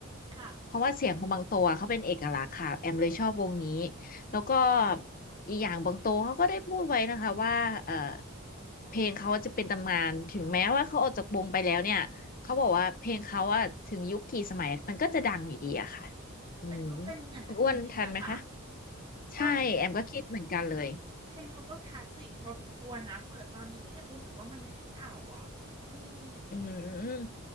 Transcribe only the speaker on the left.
เพราะว่าเสียงของบางโตอะเขาเป็นเอกลักษณ์ค่ะแอมเลยชอบวงนี้แล้วก็อีกอย่างบางโตเขาก็ได้พูดไว้นะคะว่าเออเพลงเขาจะเป็นตำนานถึงแม้ว่าเขาออกจากวงไปแล้วเนี่ยเขาบอกว่าเพลงเขาอะถึงยุคกี่สมัยมันก็จะดังอยู่ดีอะค่ะอืม
คุณอ้วนทันไหมคะ
ใช่แอมก็คิดเหมือนกันเลย
อืม